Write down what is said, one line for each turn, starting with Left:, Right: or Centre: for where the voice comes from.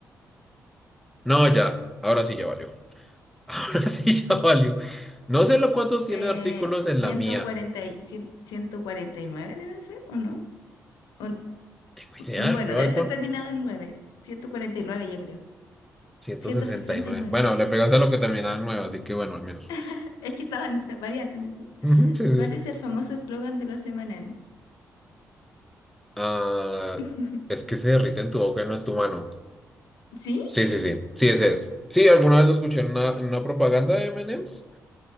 Centre: No, ya, ahora sí ya valió. <laughs> Ahora sí ya valió. No sé lo cuántos tiene
Left: Eh,
Centre: artículos
Left: ciento
Centre: en la mía.
Left: cuarenta y, cien- 149, deben ser, ¿o no? O n-
Centre: Tengo idea,
Left: m- bueno,
Centre: yo
Left: debe
Centre: voy
Left: ser
Centre: con
Left: terminado en nueve, ciento cuarenta y nueve, yo creo.
Centre: ciento
Left: ciento
Centre: sesenta
Left: sesenta
Centre: y nueve
Left: y nueve,
Centre: Bueno, le pegaste a lo que terminaba en 9, así que bueno, al menos.
Left: <laughs> Es que estaban varias alternativas.
Centre: Ujú, sí, sí.
Left: ¿Cuál es el famoso eslogan de los M&M's?
Centre: Ah,
Left: <laughs>
Centre: es que se derrite en tu boca, no en tu mano.
Left: Sí,
Centre: Sí, sí, sí. Sí, ese es. Sí, alguna vez lo escuché en una, en una propaganda de M&M's.